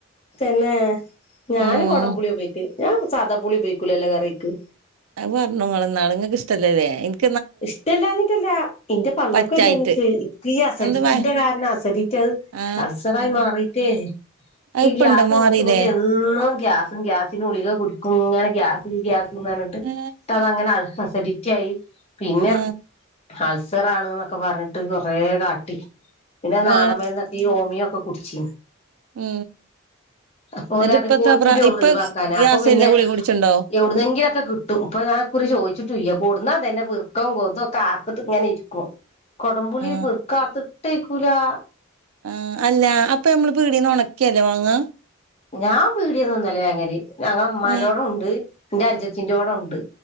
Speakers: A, on the left; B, on the right.
A: തന്നെ ഞാന്
B: ഉം
A: കൊടംപുളിയാ ഉപയോഗിക്കല് ഞാൻ സാദാപ്പുളി ഉപയോഗിക്കൂലല്ലോ കറിക്ക്
B: അത് പറഞ്ഞു ങ്ങള് ഇന്നാള് ങ്ങക്ക് ഇഷ്ടല്ലാലേ ഇന്ക്
A: ഇഷ്ടമില്ലാഞ്ഞിട്ടല്ല ഇന്റെ പള്ളക്ക്
B: പച്ചായിട്ട്
A: വജ്ജാഞ്ഞിട്ട് ഈ അസഡറ്റിന്റെ
B: എന്താ പ
A: കാരണം അസഡറ്റി
B: ആ
A: അത്സറായി മാറിട്ടേ
B: അത്
A: ഇക് ഈ
B: ഇപ്പണ്ടോ
A: ഗ്യാസ്
B: മാറീലേ
A: മൂത്ത് മൂത്ത് എന്നും ഗ്യാസും ഗ്യാസിന്റെ ഗുളിക കുടിക്കും ഇങ്ങനെ ഗ്യാസ് ഗ്യാസ്ന്ന് പറഞ്ഞിട്ട് ഇന്നട്ട്
B: ഏ
A: അതങ്ങനെ അൾസസഡറ്റി റ്റിയായി പിന്നെ
B: ആ
A: അൾസറാണ് എന്നൊക്കെ പറഞ്ഞിട്ട് കൊറെ കാട്ടി പിന്നെ നാടന്മരുന്നൊക്കെ
B: ആ
A: ഈ ഹോമിയൊക്കെ കുടിച്ചീനി
B: ഉം
A: അപ്പോ ഓല്
B: എന്നിട്ട്
A: പറഞ്ഞു
B: ഇപ്പത്താ
A: കോൽപുളി
B: പ്ര
A: ഒഴിവാക്കാന്
B: ഇപ്പ
A: അപ്പൊ
B: യാസീനിലെ
A: പിന്നെ
B: ഗുളിക കുടിച്ചിണ്ടോ
A: എവിടുന്നെങ്കിലൊക്കെ കിട്ടും ഇപ്പൊ ഞാൻ ഇക്കുറി ചോദിച്ചിട്ടുല്ല കൊടുന്നാ ഇതെന്നെ പിറുക്കിം കൊതും ഒക്കെ ആർത്തിട്ട് ഇങ്ങനെ ഇരിക്കും കൊടംപുളി
B: ആ
A: പെറുക്ക ആർത്തിട്ട് കൂലാ.
B: ആ അല്ല അപ്പൊ നമ്മള് പീടീന്ന് ഉണക്കിയെല്ലേ വാങ്ങ?
A: ഞാൻ പീടിയ ന്നൊനല്ല വേങ്ങല് ഞങ്ങളെ ഇമമാന്റെോ
B: ഏ
A: ടെണ്ട് എന്റെ അൻജത്തിന്റേടെണ്ട്.